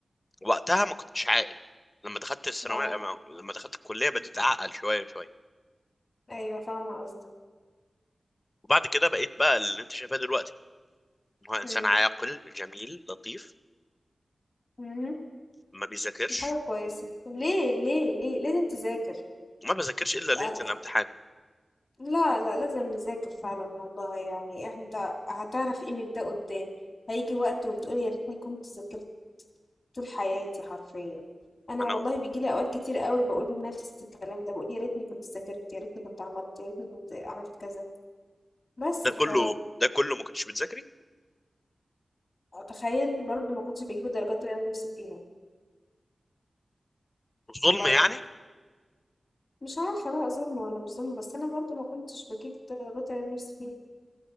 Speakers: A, on the left; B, on the left.
A: وقتها ما كنتش عاقل لما دخلت الثانويه
B: اه
A: لما دخلت الكليه بديت اعقل شويه شويه
B: أيوة فاهمة قصدك
A: وبعد كده بقيت بقى اللي انت شايفاه دلوقتي إن هو انسان
B: مم.
A: عاقل جميل لطيف
B: مم.
A: ما بيذاكرش
B: دي حاجة كويسة ليه ليه ليه لازم تذاكر
A: وما بذاكرش الا ليله
B: أنا-
A: الامتحان
B: لا لا لازم نذاكر فعلا والله يعني انت هتعرف قيمة ده قدام هيجي وقت وتقول يا ريتني كنت ذاكرت طول حياتي حرفيا انا
A: انا
B: والله بيجي لي اوقات كتير قوي بقول نفس الكلام ده بقول يا ريتني كنت ذاكرت يا ريتني كنت عملت يا ريتني كنت عملت كذا بس
A: ده
B: ف
A: كله ده كله ما كنتش بتذاكري
B: تخيل برضو ما كنتش بجيب الدرجات اللي انا نفسي فيها
A: ظلم
B: برضو
A: يعني
B: مش عارفه بقى ظلم ولا مش ظلم بس انا برضو ما كنتش بجيب الدرجات اللي انا نفسي فيها